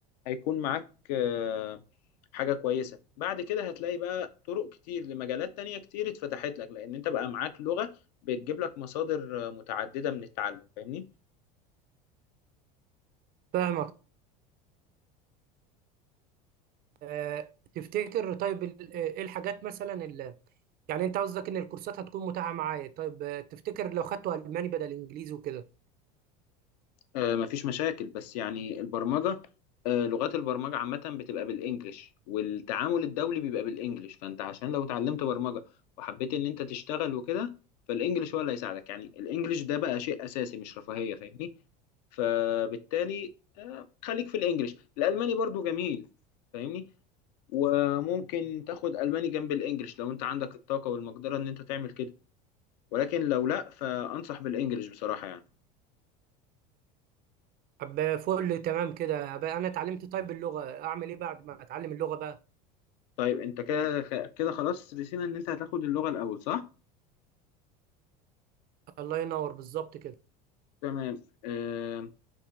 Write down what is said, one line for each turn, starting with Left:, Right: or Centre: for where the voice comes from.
Left: هيكون معاك آه، حاجة كويسة بعد كده هتلاقي بقى طرق كتير لمجالات تانية كتير اتفتحت لك لان انت بقى معاك لغة بتجيب لك مصادر آه، متعددة من التعلم فاهمني
Right: فاهمك آه، تفتكر طيب ال- آه، ايه الحاجات مثلا اللي يعني انت قصدك ان الكورسات هتكون متاحه معايا طيب آه، تفتكر لو خدته الماني بدل انجليزي وكده
Left: آه، مفيش مشاكل بس يعني البرمجة آه، لغات البرمجة عامة بتبقى بالإنجلش والتعامل الدولي بيبقى بالإنجلش فأنت عشان لو اتعلمت برمجة وحبيت إن أنت تشتغل وكده فالإنجلش هو اللي هيساعدك يعني الإنجلش ده بقى شيء أساسي مش رفاهية فاهمني فبالتالي آه، خليك في الإنجلش الألماني برضو جميل فاهمني وممكن تاخد ألماني جنب الإنجلش لو أنت عندك الطاقة والمقدرة إن أنت تعمل كده ولكن لو لأ فأنصح بالإنجلش بصراحة يعني
Right: طب فل تمام كده بقى انا اتعلمت طيب اللغه اعمل ايه بعد ما اتعلم اللغه بقى
Left: طيب انت كده كده خلاص رسينا ان انت هتاخد اللغة الاول صح؟
Right: الله ينور بالظبط كده
Left: تمام آه